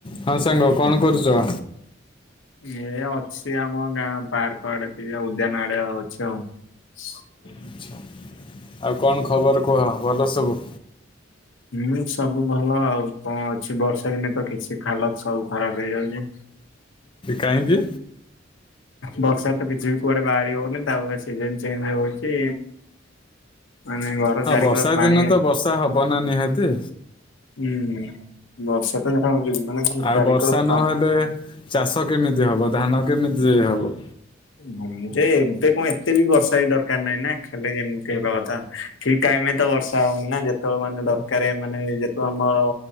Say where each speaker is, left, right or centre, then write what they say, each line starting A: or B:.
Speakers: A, on the left; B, on the left.
A: ହଁ ସାଙ୍ଗ କଣ କରୁଚ?
B: ଏଇ ଅଛି ଆମ ଗାଁ ପାର୍କ ଆଡେ ଟିକେ ଉଦ୍ୟାନ ଆଡେ ଅଛି ଆଉ। ହ <unintelligible>
A: ଆଛା ଆଉ କଣ ଖବର କୁହ ଭଲ ସବୁ?
B: ହୁଁ ସବୁ ଭଲ ଆଉ କଣ ଅଛି ବର୍ଷା ଦିନେ ତ କିଛି ହାଲତ୍ ସବୁ ଖରାପ ହେଇଯାଉଚି।
A: କାହିଁକି?
B: ବର୍ଷା ତ କିଛି ବି କୁଆଡେ ବାହାରି ହଉନି ତାଉ ସିଜନ ଚେଞ୍ଜ ହଉଚି। ମାନେ ଘର
A: ହଁ
B: ଚାରିକର
A: ବର୍ଷା
B: ପାଣି
A: ଦିନ ତ ବର୍ଷା ହବ ନା ନିହାତି
B: ହୁଁ ବର୍ଷା ତ ଜାଣ ହଉଛି ମାନେ କଣ
A: ଆଉ
B: ଚାରିିକର
A: ବର୍ଷା
B: ପା
A: ନହେଲେ ଚାଷ କେମିତି ହବ ଧାନ କେମିତି ହବ?
B: ମୁଁ ଯେ ଏବେ କଣ ଏତେ ବି ବର୍ଷା ହେ ଦରକାର ନାହିଁ ନା ଖାଲି ଏମିତି ହେବା କଥା। ଠିକ ଟାଇମରେ ତ ବର୍ଷା ହଉନି ନା ଯେତେବେଳେ ମାନେ ଦରକାର ମାନେ ଯେତୁ ଆମ